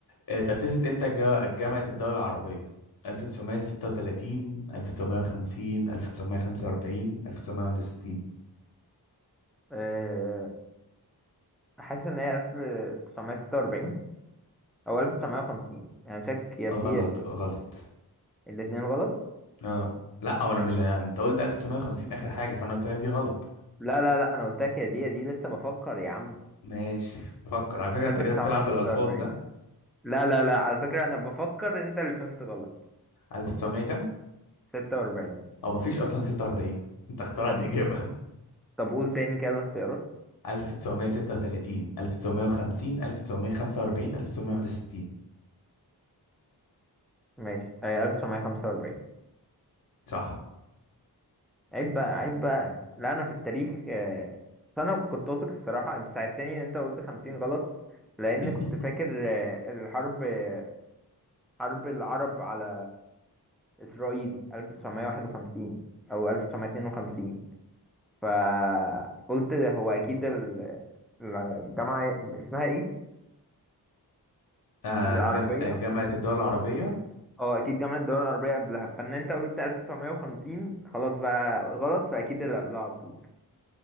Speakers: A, on the left; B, in the centre.
A: اتأسست امتى الجا- جامعة الدول العربية 1936 1950 1945 1961
B: آه، حاسس ان هي 1946 او 1950 يعني شك يا في
A: غلط
B: دي يا في دي
A: غلط
B: الاتنين غلط
A: اه لا هو انا مش انت قلت 1950 اخر حاجه فانا قلت لك دي غلط
B: لا لا لا انا قلت لك يا دي يا دي لسه بفكر يا عم
A: ماشي بفكر على فكره انت
B: 1946
A: كده بتلعب بالالفاظ ها
B: لا لا لا على فكرة أنا بفكر أنت اللي فهمت غلط
A: 1900 كام
B: ستة وأربعين
A: او مفيش اصلا 46 <laughs> انت اخترعت
B: طب
A: اجابه
B: طب قول تاني كده الاختيارات
A: <laughs> 1936 1950 1945 1961
B: ماشي آه، ألف تسعمية خمسة وأربعين
A: صح
B: عيب بقى عيب بقى لا أنا في التاريخ آه، بس أنا كنت واثق الصراحة أنت ساعدتني إن أنت قلت خمسين غلط لأن
A: <laughs>
B: كنت فاكر آه، الحرب آه، حرب العرب على إسرائيل ألف تسعمية واحد وخمسين أو ألف تسعمية اتنين وخمسين فقلت هو أكيد ال- الجامعة اسمها إيه؟
A: آه
B: العربية
A: جم... آه، جامعه الدول العربيه
B: اه اكيد جامعة الدول العربية قبلها فان انت قلت 1950 خلاص بقى غلط فاكيد اللي قبلها على طول